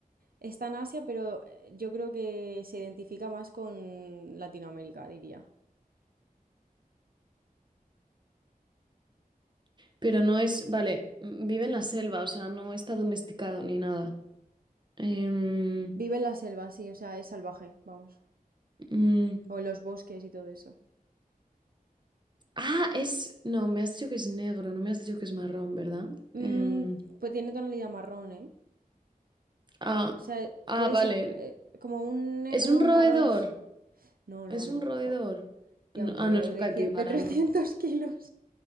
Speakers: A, on the right (about 75°); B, on the right (about 30°).
A: está en Asia, pero eh, yo creo que se identifica más con Latinoamérica, diría.
B: Pero no es, vale, mm, vive en la selva, o sea, no está domesticado ni nada. Em,
A: Vive en la selva, sí, o sea, es salvaje, vamos.
B: mm,
A: O en los bosques y todo eso.
B: ah, es, no, me has dicho que es negro, no me has dicho que es marrón, ¿verdad?
A: Mm,
B: Em,
A: pues tiene tonalidad marrón, ¿eh?
B: ah,
A: O sea,
B: ah,
A: puede
B: vale.
A: ser eh, como un negro
B: Es un roedor.
A: marrón. No, no,
B: ¿Es un
A: no.
B: roedor?
A: co- Tía,
B: No-
A: un
B: ah,
A: roedor
B: no es un caipibara,
A: de, cien- de 300
B: no.
A: <laughs> kilos.